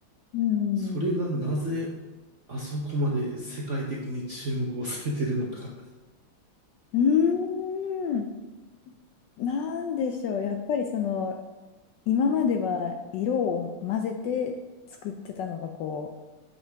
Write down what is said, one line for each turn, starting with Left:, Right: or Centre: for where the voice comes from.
Left: うん。
Right: それがなぜあそこまで世界的に注目をされてるのか。
Left: うーん。なんでしょう。やっぱりその、今までは色を混ぜて作ってたのがこう